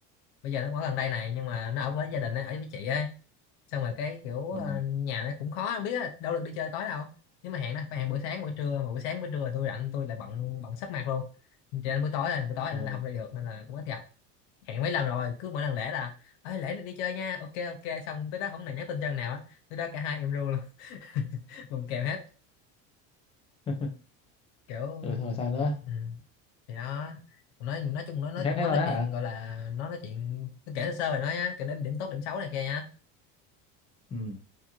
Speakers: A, on the left; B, on the left.
A: bây giờ nó ở gần đây này nhưng mà nó ở với gia đình ấy, ở với chị ấy xong rồi cái kiểu ờ,
B: ừ
A: nhà nó cũng khó không biết á, đâu được đi chơi tối đâu nếu mà hẹn đó phải hẹn buổi sáng buổi trưa mà buổi sáng buổi trưa là tôi rảnh tôi lại bận bận sắp mặt luôn cho nên buổi tối rồi buổi tối
B: ờ
A: nó là không đi được nên là cũng ít gặp hẹn mấy lần rồi cứ mỗi lần lễ là ơi lễ này đi chơi nha ok ok xong tới đó không này nhắn tin chân nào á tới đó cả hai em ru luôn <laughs> bùng kèo hết
B: <laughs>
A: kiểu
B: ừ thôi sao nữa
A: ừ. thì nó nói nói chung nó nói
B: thế
A: nó
B: thế thôi
A: nói
B: á
A: chuyện
B: hả
A: gọi là nó nói chuyện tôi kể sơ sơ rồi nói nhá kể đến điểm tốt điểm xấu này kia nhá
B: ừ